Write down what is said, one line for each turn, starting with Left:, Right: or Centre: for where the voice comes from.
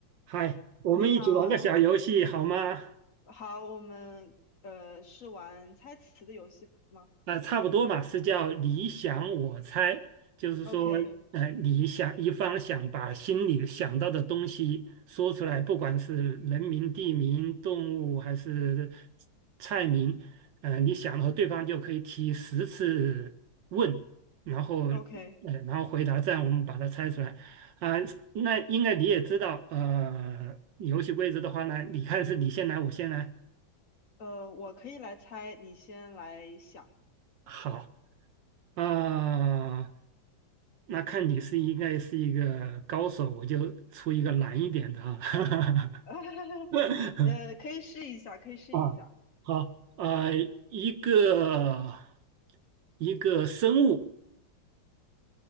Right: 嗨，我们一起玩个小游戏好吗？
Left: 你好，好，我们呃是玩猜词的游戏吗
Right: 那差不多嘛，是叫你想我猜，就是说，
Left: ？OK
Right: 呃，你想一方想把心里想到的东西说出来，不管是人名、地名、动物还是菜名，呃，你想了后对方就可以提十次问，然后，
Left: OK，
Right: 呃，然后回答，这样我们把它猜出来。啊、那应该你也知道，呃，游戏规则的话呢，你看是你先来，我先来，
Left: 呃，我可以来猜，你先来想，
Right: 好。啊，那看你是应该是一个高手，我就出一个难一点的哈。
Left: <laughs>
Right: <laughs>
Left: 呃，可以试一下，可以试一下，
Right: 啊，好，啊，一个一个生物，